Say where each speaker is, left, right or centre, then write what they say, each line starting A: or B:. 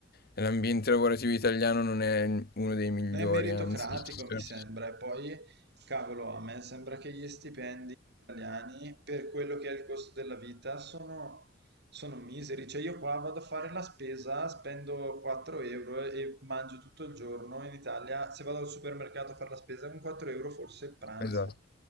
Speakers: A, on the left; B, on the right.
A: l'ambiente lavorativo italiano non è uno dei migliori,
B: Non è meritocratico,
A: anzi.
B: mi
A: per-
B: sembra. E poi, cavolo, a me sembra che gli stipendi italiani, per quello che è il costo della vita, sono, sono miseri. Cioè, io qua vado a fare la spesa, spendo 4 euro e e mangio tutto il giorno. In Italia, se vado al supermercato a fare la spesa, con 4 euro forse pranzo.
A: Esatto.